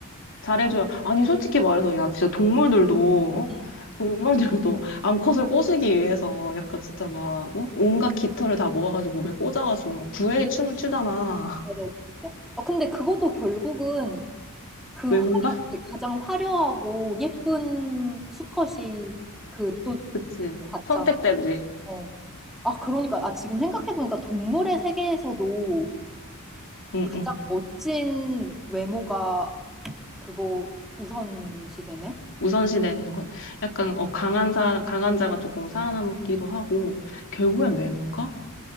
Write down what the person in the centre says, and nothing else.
음.
네네. 어, 근데 그것도 결국은 그
화려,
가장 화려하고 예쁜 수컷이 그 또
같잖아.
어. 아, 그러니까, 아, 지금 생각해보니까 동물의 세계에서도
가장 멋진 외모가 그거 우선시 되네?